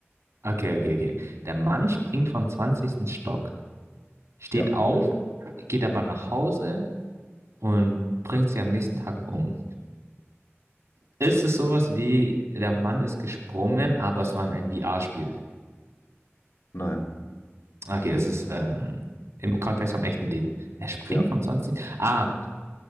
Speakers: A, on the right; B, on the left.
A: okay, okay, okay. Der Mann springt vom zwanzigsten Stock, steht
B: Ja,
A: auf, geht aber nach Hause und bringt sie am nächsten Tag um. Ist es sowas wie, der Mann ist gesprungen, aber es war ein VR-Spiel?
B: nein.
A: Okay, es ist ähm, im Kontext vom echten Leben. Er springt
B: Ja,
A: vom 20. Ah,